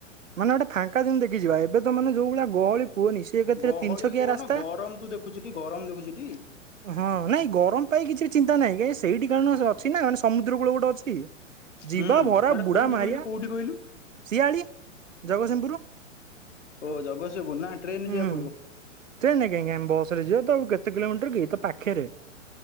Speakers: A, on the right; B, on the left.
A: ମାନେ ଗୋଟେ ଫାଙ୍କା ଦିନ ଦେଖି ଯିବା ଏବେ ଏବେ ତ ମାନେ ଯଉ ଭଳିଆ ଗହଳି କୁହନି ସେ ଏକାତରେ
B: ଗହଳି
A: ତିନି ଛକିଆ
B: କହନା
A: ରାସ୍ତା
B: ଗରମ ତୁ ଦେଖୁଛୁ ଟି ଗରମ ଦେଖୁଛୁଟି?
A: ହଁ ନାଇଁ ଗରମ ପାଇଁ କିଛି--। ଚିନ୍ତାହିଁାଁ ସେଇଟି କାରଣ ଅଛି ନା ମାନେ ସମୁଦ୍ର କୂଳ ଗୋଟେ ଅଛି। ଯିବା
B: ହୁଁ
A: ଭରା
B: ହେଟା
A: ବୁଢା
B: କୋଉଠି
A: ମାହାରିଆ
B: କହିଲୁ କୋଉଠି କହିଲୁ?
A: ଶିଆଳି ଜଗତସିଂହପୁର
B: ଓ ଜଗତସିଂହପୁର ନା ଟ୍ରେନରେ
A: ହୁଁ
B: ଯିବାକୁ ପଡିବ।
A: ଟ୍ରେନରେ କାହିଁକ ଆମେ ବସ ରେ ଯିବା ତ ଆଉ। କେତେ କିଲୋମିଟର କି ତ ପାଖରେ।